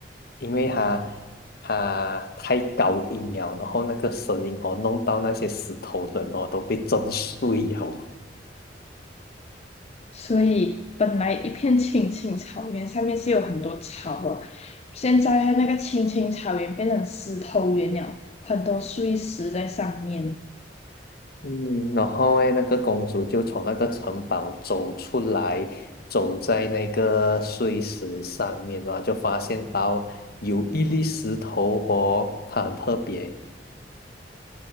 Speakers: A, on the left; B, on the left.
A: 因为她她太高音了，然后那个声音哦，弄到那些石头人哦都被震碎了。
B: 所以本来一片青青草原，上面是有很多草啊，现在那个青青草原变成石头原了，很多碎石在上面。
A: 嗯，然后诶，那个公主就从那个城堡走出来，走在那个碎石上面，然后就发现到有一粒石头哦，它很特别，